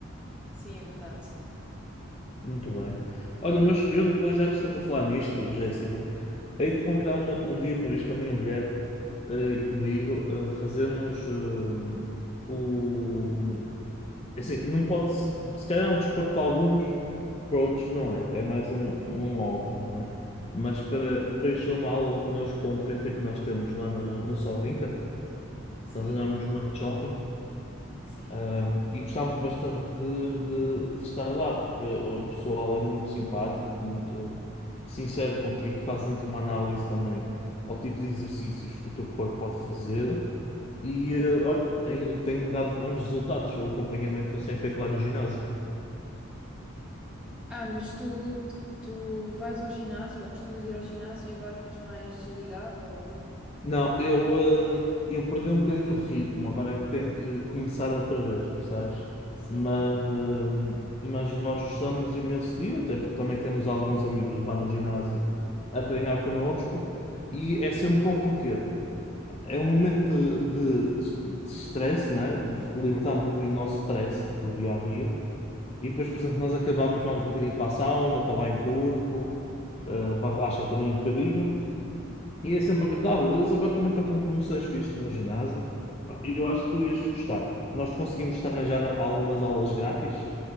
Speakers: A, in the centre; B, on the left.
A: Sim, é verdade.
B: Muito bem. Olha, mas eu depois, já que estás a falar nisto, Jéssica, hei de convidar uma, um dia para vir com a minha mulher eh, e comigo eh, fazermos eh, o. Assim, não pode. Se se calhar é um desporto para alguns, para outros não é. É mais um, um hobby, não é? Mas para, para isso, é uma aula connosco com o PT que nós temos lá no, no Solinca,
A: Sim,
B: nós andamos no Norte Shopping.
A: sim.
B: Um, e gostámos bastante de, de- de estar lá, porque o pessoal é muito simpático, muito sincero contigo, fazem-te uma análise também ao tipo de exercícios que o teu corpo pode fazer. E eh, olha, tem, tem dado bons resultados o acompanhamento que eles têm feito lá no ginásio.
A: Ah, mas tu, tu vais ao ginásio ou costumas ir ao ginásio e agora estás mais desligado ou...
B: Não, eu, hum, eu perdi um bocadinho o ritmo, agora é que tenho que começar outra vez, percebes?
A: Sim,
B: Mas, hum, mas nós gostamos imenso de ir, até porque também temos alguns amigos lá no ginásio a treinar connosco, e é sempre bom porque é um momento de, de, de stress, né? De libertarmos
A: sim.
B: um bocadinho o nosso stress do dia a dia, e depois, por exemplo, nós acabamos, vamos um bocadinho para a sauna, para o banho turco,
A: Uhum.
B: eh, para relaxar também um bocadinho. E é sempre agradável. Eles agora também estão com promoções fixas no ginásio. Pá, Eu acho que tu ias gostar. Nós conseguimos-te arranjar algumas aulas grátis,